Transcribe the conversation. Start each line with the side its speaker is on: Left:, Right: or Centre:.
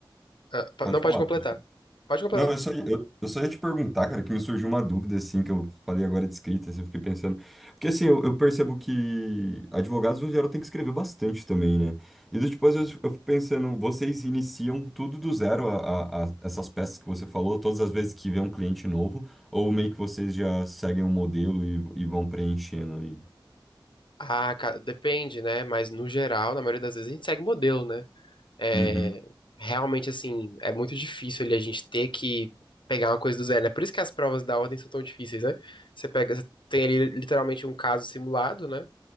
Left: ah, po-
Centre: Pode
Left: não pode
Centre: falar.
Left: completar.
Centre: pode-
Left: Pode completar.
Centre: Não, eu só, ia- eu, eu só ia te perguntar, cara, que me surgiu uma dúvida, assim, que eu falei agora de escrita, assim, eu fiquei pensando. Porque, assim, eu, eu percebo que advogados, no geral, tem que escrever bastante também, né? E, do tipo, às vezes eu fico pensando, vocês iniciam tudo do zero, a, a- a- essas peças que você falou, todas as vezes que vê um cliente novo, ou meio que vocês já seguem um modelo e, e vão preenchendo ali?
Left: Ah, cara, depende, né? Mas no geral, na maioria das vezes, a gente segue modelo, né? É,
Centre: Uhum,
Left: realmente, assim, é muito difícil ali a gente ter que pegar uma coisa do zero, né? Por isso que as provas da ordem são tão difíceis, né? Você pega, você tem ali literalmente um caso simulado, né?